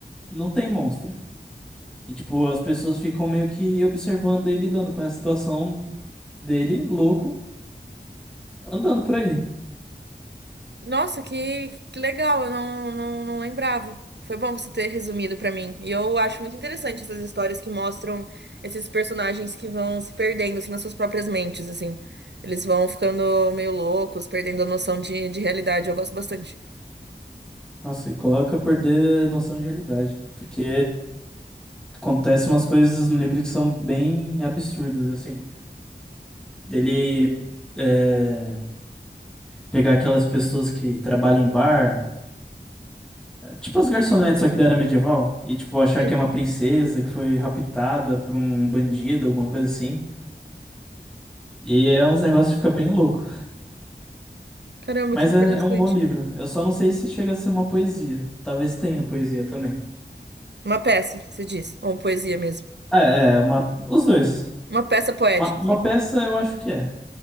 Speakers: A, in the centre; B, on the right.
A: não tem monstro. E, tipo, as pessoas ficam meio que observando ele lidando com essa situação dele, louco, andando por aí.
B: Nossa, que, que legal, eu não, não, não lembrava. Foi bom você ter resumido pra mim. E eu acho muito interessante essas histórias que mostram esses personagens que vão se perdendo, assim, nas suas próprias mentes, assim. Eles vão ficando meio loucos, perdendo a noção de, de realidade. Eu gosto bastante.
A: Nossa, e coloca a perder noção de realidade. Porque acontecem umas coisas no livro que são bem absurdas, assim. Dele é, pegar aquelas pessoas que trabalham em bar, tipo as garçonetes, só que da era medieval, e, tipo, achar
B: Sim.
A: que é uma princesa que foi raptada por um bandido, alguma coisa assim. E é uns negócios que fica bem louco.
B: Caramba,
A: Mas
B: que interessante.
A: é, é um bom livro. Eu só não sei se chega a ser uma poesia. Talvez tenha poesia também.
B: Uma peça, você diz, ou poesia mesmo.
A: Ah, É, é uma, os dois.
B: Uma peça poética,
A: Uma, uma
B: assim.
A: peça eu acho que é.